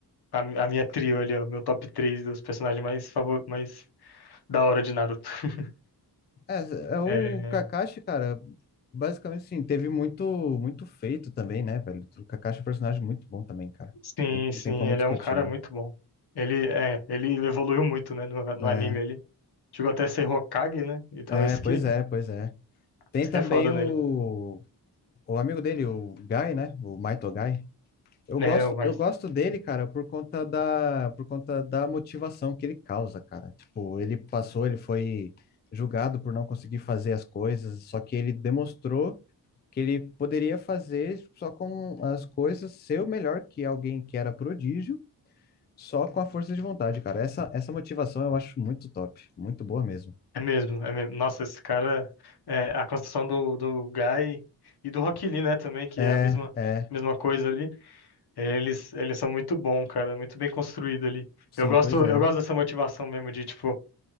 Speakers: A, on the left; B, on the left.
A: a, a minha trio ali, ó. Meu top 3 dos personagens mais, favor, mais da hora de Naruto. <laughs>
B: É, é o
A: É,
B: Kakashi, cara, basicamente assim, teve muito muito feito também, né, velho? O Kakashi é um personagem muito bom também, cara.
A: sim,
B: Tem-
A: sim,
B: não tem como
A: ele
B: discutir,
A: é um cara
B: não.
A: muito bom. Ele, é, ele evoluiu muito, né, no, no
B: É,
A: anime ali. Chegou até a ser Hokage, né? Então
B: é,
A: isso
B: pois
A: que,
B: é, pois é. Tem
A: isso
B: também
A: que é foda
B: o,
A: nele.
B: o amigo dele, o Guy, né? O Maito Guy. Eu
A: É,
B: gosto,
A: mas
B: eu gosto dele, cara, por conta da, por conta da motivação que ele causa, cara. Tipo, ele passou, ele foi julgado por não conseguir fazer as coisas, só que ele demonstrou que ele poderia fazer só com as coisas, ser o melhor que alguém que era prodígio, só com a força de vontade, cara. Essa, essa motivação eu acho muito top, muito boa mesmo.
A: é mesmo, é mesmo. Nossa, esse cara, é, a construção do, do Guy e do Rock Lee, né, também, que
B: É,
A: é a mesma,
B: é,
A: mesma coisa ali. Eles, eles são muito bom, cara, muito bem construído ali.
B: sim,
A: Eu gosto,
B: pois é.
A: eu gosto dessa motivação mesmo de tipo,